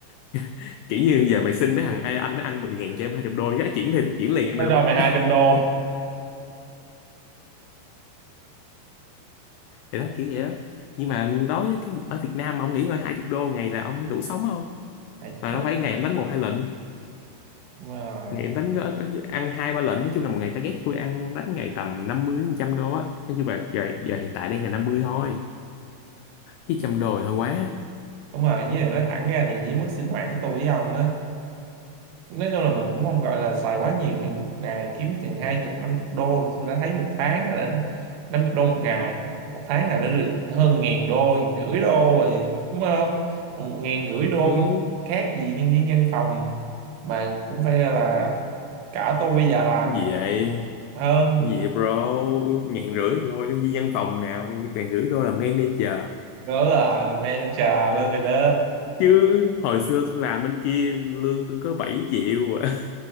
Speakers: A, on the left; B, on the right.
A: <laughs> kiểu như giờ mày xin mấy thằng "Ê, anh nó ăn mười ngàn cho em 20 đô giá chuyển thì chuyển liền cho
B: Nó
A: mày
B: cho
A: luôn
B: mày 200
A: á
B: đô.
A: thì đó kiểu vậy đó nhưng mà đối với cái ở Việt Nam mà ông nghĩ coi 20 đô ngày là ông đủ sống không
B: 200
A: mà
B: đô.
A: đâu phải ngày ông đánh một hai lệnh
B: Đúng rồi.
A: ngày em đánh có- có- ăn hai ba lệnh nói chung là một ngày target tôi ăn đánh ngày tầm năm mươi đến 100 đô á nói chung là giờ, giờ hiện tại đang là 50 thôi chứ trăm đô thì hơi quá
B: đúng rồi với lại nói thẳng ra thì với mức sinh hoạt của tôi với ông á nói chung là mình cũng không gọi là xài quá nhiều thì một ngày kiếm chừng hai chục năm chục đô tôi đã thấy một tháng là đã năm chục đô một ngày một tháng là đã được hơn ngàn đô ngàn rưỡi đô rồi đúng không một ngàn rưỡi đô
A: ừ.
B: khác gì nhân viên văn phòng mà cũng phải là cả tôi già làm
A: gì
B: cũng
A: vậy
B: hơn
A: gì vậy bro ngàn rưỡi thôi nhân viên văn phòng nào ngàn rưỡi đô là manager
B: nữa là, là manager luôn rồi đó
A: chứ hồi xưa tôi làm bên kia lương tôi có 7 triệu à.